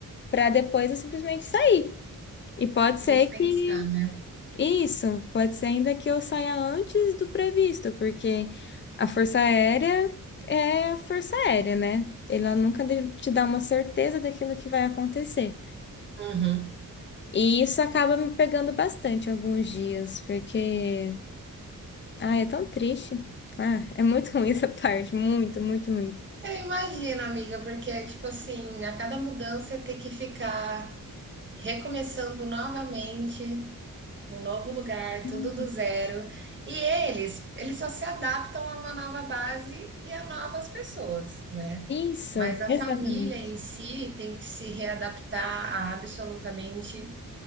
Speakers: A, on the left; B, on the right.
A: pra depois eu simplesmente sair. E pode ser
B: dispensado.
A: que isso, pode ser ainda que eu saia antes do previsto, porque a Força Aérea é a Força Aérea, né? Ela nunca de- te dá uma certeza daquilo que vai acontecer.
B: Uhum.
A: E isso acaba me pegando bastante alguns dias, porque Ah, é tão triste. Ah, é muito <laughs> ruim essa parte. Muito, muito, muito.
B: Eu imagino, amiga, porque é tipo assim, a cada mudança tem que ficar recomeçando novamente, num novo lugar,
A: Hum,
B: tudo do zero. E eles, eles só se adaptam a uma nova base e a novas pessoas, né?
A: Isso.
B: Mas a
A: Exatamente.
B: família em si tem que se readaptar a absolutamente